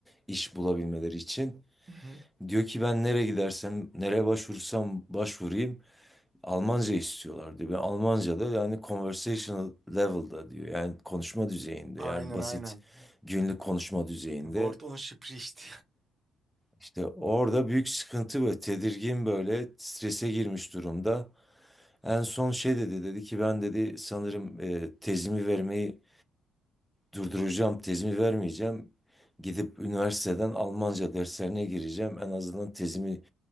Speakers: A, in the centre; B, on the right.
A: iş bulabilmeleri için.
B: Hı hı.
A: Diyor ki ben nereye gidersem, nereye başvursam başvurayım Almanca istiyorlar diyor. Ve Almanca da yani conversational level'da diyor. Yani konuşma düzeyinde
B: Aynen
A: yani basit
B: aynen.
A: günlük konuşma düzeyinde.
B: Wort und Spricht.
A: İşte orada büyük sıkıntı ve tedirgin böyle strese girmiş durumda. En son şey dedi dedi ki ben dedi sanırım e, tezimi vermeyi durduracağım, tezimi vermeyeceğim. Gidip üniversiteden Almanca derslerine gireceğim. En azından tezimi